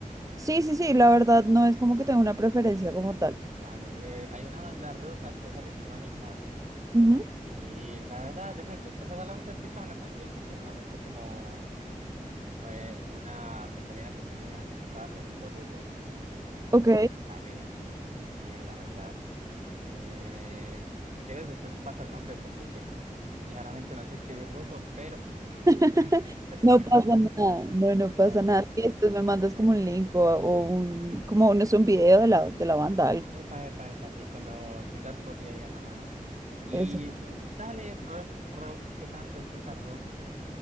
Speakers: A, on the right; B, on the right.
A: Sí, sí, sí, la verdad no es como que tenga una preferencia como tal.
B: Dale, breve, hay una banda rusa que hace electrónica
A: Ujú,
B: y la verdad, decente. O sea, solamente escuchaba una canción porque me la mostró como... eh, una compañera que tenía que estaba aprendiendo ruso y pues
A: Ok.
B: sale bien, la verdad. Eh, si quieres, después te paso el nombre porque pues claramente no sé escribir ruso, pero
A: <laughs>
B: <laughs> después
A: No
B: te
A: pasa
B: lo mando.
A: nada, no, no pasa
B: Dale,
A: nada.
B: dale.
A: Y después me mandas como un link o, o un, como no sé, un video de la, de la banda, algo.
B: Epa, epa, epa, sí, cuando tengas poti ahí a la mano. Y
A: Eso.
B: mm, dale, rock, rock, ¿qué tanto escuchas rock?